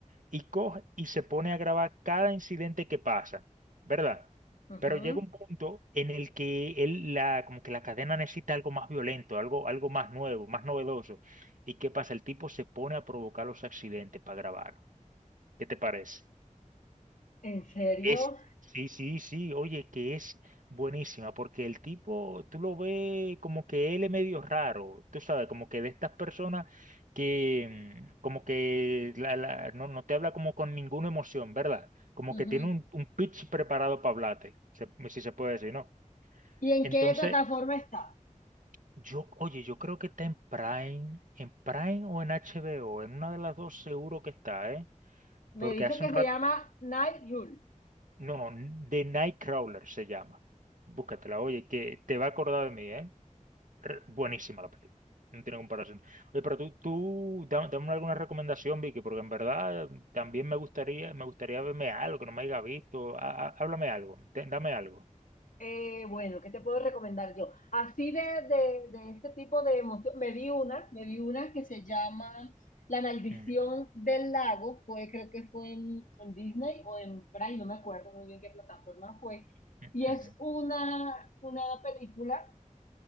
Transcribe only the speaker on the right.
y coge y se pone a grabar cada incidente que pasa, ¿verdad?
Pero llega un punto en el que él, la, como que la cadena necesita algo más violento, algo, algo más nuevo, más novedoso. ¿Y qué pasa? El tipo se pone a provocar los accidentes para grabar. ¿Qué te parece?
Es, sí, sí, sí, oye, que es buenísima, porque el tipo, tú lo ves como que él es medio raro, tú sabes, como que de estas personas que, mm, como que la- la- no, no te habla como con ninguna emoción, ¿verdad? Como
que tiene un, un pitch preparado para hablarte, se- si se puede decir, ¿no?
Entonces,
yo, oye, yo creo que está en Prime, en Prime o en HBO, en una de las dos seguro que está, ¿eh?
Porque
hace
un rato,
No, no, The Nightcrawler se llama. Búscatela, oye, que te va a acordar de mí, ¿eh? Re- buenísima la película. No tiene comparación. Oye, pero tú, tú, dame, dame alguna recomendación, Vicky, porque en verdad eh, también me gustaría, me gustaría verme algo que no me haya visto. Há- há- háblame algo, te- dame algo.
Mm,
mm,
ujú.